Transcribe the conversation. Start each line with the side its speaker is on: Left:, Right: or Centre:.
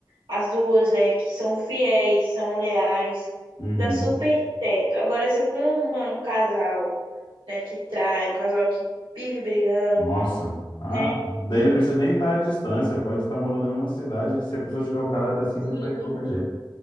Right: as duas, né, que são fiéis, são leais,
Left: Uhum.
Right: dá super certo. Agora, se for uma- um casal, né, que trai, um casal que vive brigando,
Left: Nossa, ah,
Right: né,
Left: daí não precisa nem estar à distância, pode estar morando na mesma cidade, que se a pessoa tiver o caráter assim,
Right: que-
Left: vai estar de qualquer jeito.